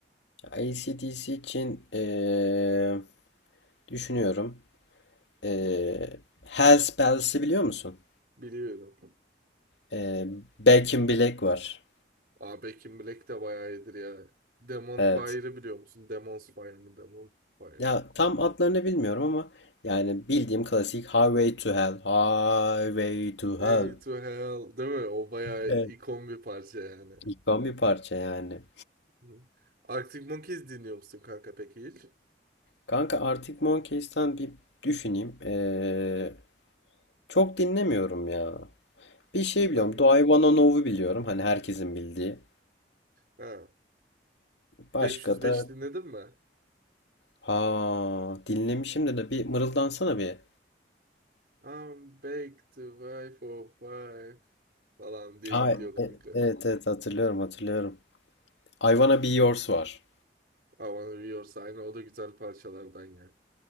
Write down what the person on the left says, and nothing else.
AC/DC için ee, düşünüyorum. Ee, Hellspells'i biliyor musun?
Ee, Back in Black var.
Evet.
Ya
tam adlarını bilmiyorum ama yani bildiğim klasik Highway to Hell. Highway to
Hell.
Evet.
İkon bir parça yani.
Kanka Arctic Monkeys'ten bir düşüneyim. Ee, çok dinlemiyorum ya. Bir şey
biliyorum.
Do I Wanna Know'u biliyorum. Hani herkesin bildiği.
Başka
da
ha dinlemişim de, de bir mırıldansana bir.
Ha,
e- evet evet hatırlıyorum hatırlıyorum. I Wanna Be Yours var.